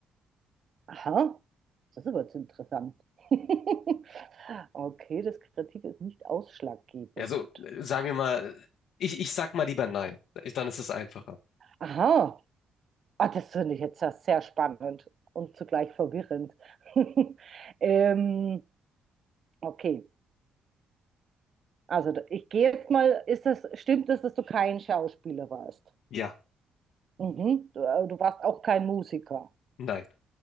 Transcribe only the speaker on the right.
Aha, das ist aber jetzt interessant. <laughs> Okay, das Kreative ist nicht ausschlaggebend.
Aha, ah, das finde ich jetzt ja sehr spannend und zugleich verwirrend. <laughs> Ähm, okay, also da- ich gehe jetzt mal, ist das, stimmt es, dass du kein Schauspieler warst?
Mhm. Du, äh, du warst auch kein Musiker.